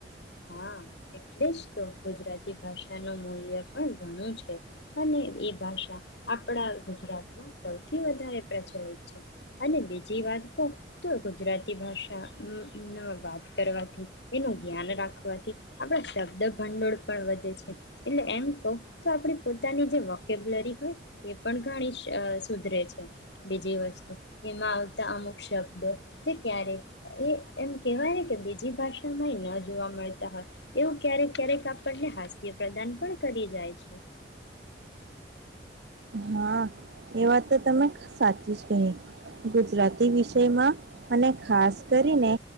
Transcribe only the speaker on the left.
હા, એટલે જ તો ગુજરાતી ભાષાનું મૂલ્ય પણ ઘણું છે. અને એ ભાષા આપણા ગુજરાતમાં સૌથી વધારે પ્રચલિત છે, અને બીજી વાત કહુ તો ગુજરાતી ભાષા ઉહ ઉહમ વાત કરવાથી એનું ધ્યાન રાખ પરથી આપણા શબ્દ ભંડોળ પણ વધે છે. એટલે એમ કહું તો આપણી પોતાની જે વોકેબ્લરી હોય એ પણ ઘણી અ સુધરે છે, બીજી વસ્તુ એમાં આવતા અમુક શબ્દો જે ક્યારેક એ એમ કેહવાય ને કે બીજી ભાષામાં એ ન જોવા મળે તા હોય એવું ક્યારેક ક્યારેક આપણને હાસ્ય પ્રદાન પણ કરી જાય છે.